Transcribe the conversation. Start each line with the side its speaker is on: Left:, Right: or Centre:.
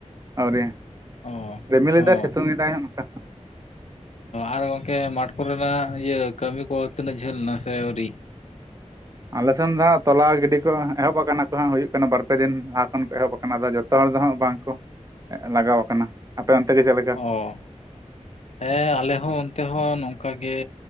Right: ᱟᱹᱣᱨᱤ
Left: ᱚ
Right: ᱨᱤᱢᱤᱞᱮᱫᱟᱭ
Left: ᱚ
Right: ᱥᱤᱛᱩᱝ ᱮᱫᱟᱭ ᱚᱱᱠᱟ᱾
Left: ᱟᱨ ᱜᱚᱝᱠᱮ ᱢᱟᱴᱷ ᱠᱚᱨᱮᱱᱟᱜ ᱤᱭᱟᱹ ᱠᱟᱹᱢᱤ ᱠᱚ ᱛᱤᱱᱟᱹᱜ ᱡᱷᱟᱹᱞ ᱱᱟ ᱥᱮ ᱟᱹᱣᱨᱤ?
Right: ᱟᱞᱮᱥᱱ ᱫᱚ ᱦᱟᱸᱜ ᱛᱚᱞᱟ ᱜᱤᱰᱤ ᱠᱚ ᱮᱦᱚᱵ ᱠᱟᱱᱟ ᱠᱚ ᱦᱟᱸᱜ ᱦᱩᱭᱩᱜ ᱠᱟᱱᱟ ᱵᱟᱨ ᱯᱮ ᱫᱤᱱ ᱞᱟᱦᱟ ᱠᱷᱚᱱ ᱠᱚ ᱮᱦᱚᱵ ᱠᱟᱱᱟ, ᱟᱫᱚ ᱡᱚᱛᱚ ᱦᱚᱲ ᱫᱚ ᱦᱟᱸᱜ ᱵᱟᱝ ᱠᱚ ᱞᱟᱜᱟᱣ ᱠᱟᱱᱟ ᱟᱯᱮ ᱚᱱᱛᱮ ᱜᱮ ᱪᱮᱫ ᱞᱮᱠᱟ?
Left: ᱚ ᱦᱮᱸ ᱟᱞᱮ ᱦᱚᱸ ᱚᱱᱛᱮ ᱦᱚᱸ ᱱᱚᱝᱠᱟ ᱜᱮ